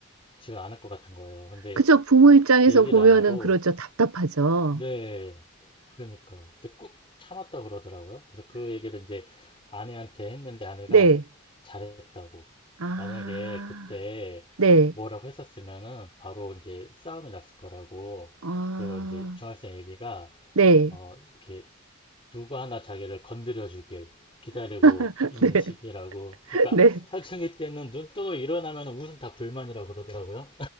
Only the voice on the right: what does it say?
그죠. 부모 입장에서
보면은
그렇죠. 답답하죠.
네.
아,
네.
아,
네.
<laughs>
네.
네